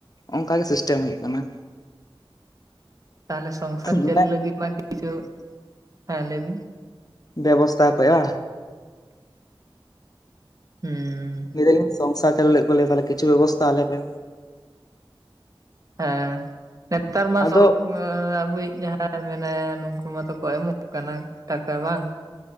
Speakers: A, on the left; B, on the right.
A: ᱚᱱᱠᱟᱜᱮ ᱥᱤᱥᱴᱮᱢ ᱦᱩᱭᱩᱜ ᱠᱟᱱᱟ᱾
B: ᱛᱟᱦᱚᱞᱮ ᱥᱚᱝᱥᱟᱨ ᱪᱟᱹᱞᱩ
A: ᱢᱟᱱᱮ
B: ᱞᱟᱹᱜᱤᱫ ᱢᱟ ᱠᱤᱪᱷᱩ, ᱦᱮᱸ ᱞᱟᱹᱭ ᱵᱤᱱ
A: ᱵᱮᱵᱚᱥᱛᱷᱟ ᱠᱚᱜᱼᱟ
B: ᱦᱩᱸ
A: ᱞᱟᱹᱭ ᱫᱟᱞᱤᱧ ᱥᱚᱝᱥᱟᱨ ᱪᱟᱹᱞᱩ ᱞᱮᱜᱟ ᱞᱟᱹᱜᱤᱫ ᱠᱤᱪᱷᱩ ᱵᱮᱵᱚᱥᱛᱟ ᱟᱞᱮ ᱯᱮ᱾
B: ᱦᱮᱸ ᱱᱮᱛᱟᱨ ᱢᱟ
A: ᱟᱫᱚ
B: ᱥᱚᱨ ᱟᱵᱚᱭᱤᱡ ᱡᱟᱦᱟᱸ, ᱢᱮᱱᱟᱭᱟ ᱱᱩᱠᱩ ᱢᱟᱛᱚ ᱠᱚ ᱮᱢᱚᱜ ᱠᱟᱱᱟ ᱴᱟᱠᱟ, ᱵᱟᱝ?